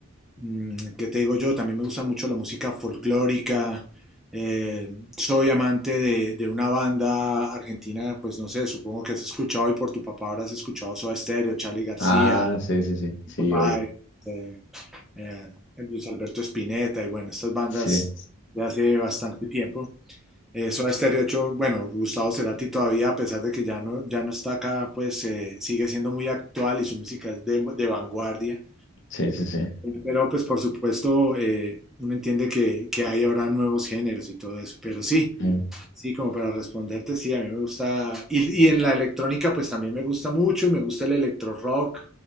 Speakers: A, in the centre; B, on the left.
A: mm, ¿qué te digo yo? También me gusta mucho la música folclórica. eh, soy amante de, de una banda argentina, pues no sé, supongo que has escuchado y por tu papá habrás escuchado Soda Stereo, Charly García,
B: Ah, sí, sí, sí,
A: Fito
B: sí, oye,
A: eh, eh, Luis Alberto Spinetta y bueno, estas bandas
B: sí.
A: de hace bastante tiempo. Eso Soda Stereo, de hecho, bueno, Gustavo Cerati todavía, a pesar de que ya no, ya no está acá, pues eh, sigue siendo muy actual y su música es de, de vanguardia.
B: Sí, sí, sí.
A: Pero pues por supuesto, eh, uno entiende que, que hay ahora nuevos géneros y todo eso. Pero sí,
B: Mm.
A: sí, como para responderte, sí, a mí me gusta. Y, y en la electrónica, pues también me gusta mucho, me gusta el electro rock,